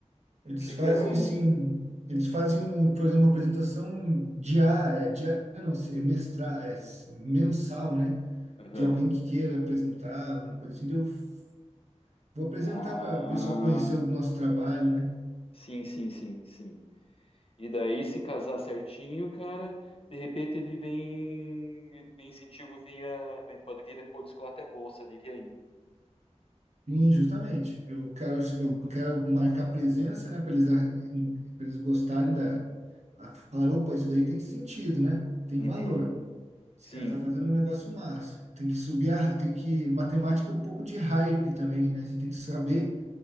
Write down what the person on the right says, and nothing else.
Eles
fazem
assim. Eles fazem, por exemplo, uma apresentação diária, diária não, se- é mestra, é s- mensal, né?
de alguém que queira apresentar, alguma coisa assim, daí eu f- vou apresentar
para o pessoal conhecer o nosso trabalho, né?
Sim, justamente. Eu quero, eu quero marcar presença, né, para eles, para eles gostarem da. A falar, opa, isso daí tem sentido, né? Tem
valor. Esse
cara tá fazendo um negócio massa. Tem que subir a, tem que, matemática é um pouco de hype também, né? Você tem que saber